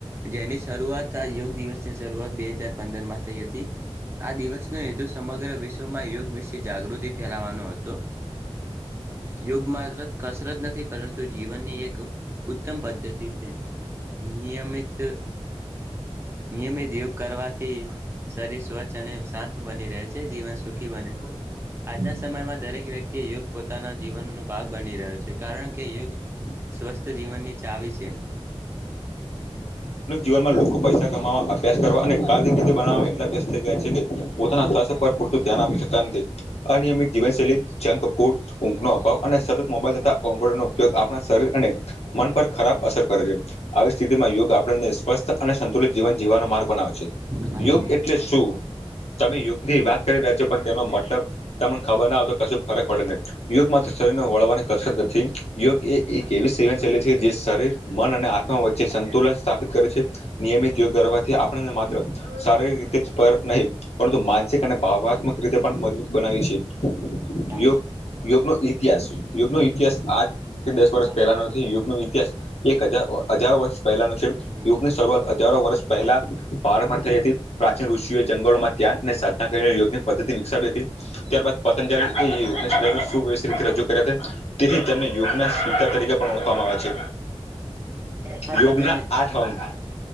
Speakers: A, on the right; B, on the left.
A: જેની શરૂઆત યોગ દિવસની શરૂઆત બે હજાર પંદરમાં થઈ હતી આ દિવસનો હેતુ સમગ્ર વિશ્વમાં યોગ વિશે જાગૃતિ ફેલાવાનો હતો યોગ માત્ર કસરત નથી પરંતુ જીવનની એક ઉત્તમ પદ્ધતિ છે નિયમિત નિયમિત યોગ કરવાથી શરીર સ્વચ્છ અને શાંત બની રહે છે જીવન સુખી બને છે આજના સમયમાં દરેક વ્યક્તિ યોગ પોતાના જીવનનો ભાગ બની રહ્યો છે કારણ કે યોગ સુસ્ત જીવનની ચાવી છે એ
B: એમાં લોકો પૈસા કમાવા અભ્યાસ કરવા અને કાર્િક રીતે બનાવવા વયસત થઈ ગયા છે પોતાના સ્થળસે પરપૂતો ધ્યાન આપ શકતા નથી અને અમિત જીવનશૈલી ચંક ફૂડ, ઊંઘનો
A: કાર્ય
B: અભાવ અને સતત મોબાઈલ થતા કોમ્પટર નો ઉપયોગ આપણા શરીર અને મન પર ખરાબ અસર કરે છે. આવી સ્થિતિમાં યોગ આપણને સ્વસ્થ અને સંતુલિત જીવન જીવવાનો માર્ગ બનાવે છે.
A: વાત
B: યોગ એટલે શું તમે યોગ થી વાત કરી રહ્યા છો પણ તેનો મતલબ? તમને ખબર ના હો તો કશ ફરક પડે નહી. યોગ માત્ર શરીરને વળવાની કસરત નથી, યોગ એ એક એવી સેવન શૈલી છે જે શરીર, મન અને આત્મા વચ્ચે સંતુલન સ્થાપિત કરે છે, નિયમિત યોગ કરવાથી આપણને માત્ર શારીરિક રીતે જ ફરક નહીં પરંતુ મા જે તમે પાવાબાગ માં રીતે પણ મજબ એ છે.
A: કાર્ય
B: યોગ, યોગ નો ઇતિહાસ યુગનો ઇતિહાસ આઠ કે દસ વર્ષ
A: વાત
B: પહેલાનો નથી, યુગો ઇતિહાસ એક હજ હજારો વર્ષ પહેલાનો છે.
A: એની
B: યુગની
A: વાત
B: શરૂઆત હજારો વર્ષ પહેલા પહાડમાં થઈ હતી. પ્રાચીન ઋષિઓએ જંગલોમાં ધ્યાન અને સાધના કરીને યોગની પદ્ધતિ વિકસાવી હતી. ત્યારબાદ પતંજલ યુગના સુવ્યવસ્થિત રીતે રજૂ કર્યા. તેથી તેમને યોગના સતા તરીકે પણ ઓળખવામાં આવે છે.
A: હા
B: યોગના
A: તમે
B: આઠ અંગ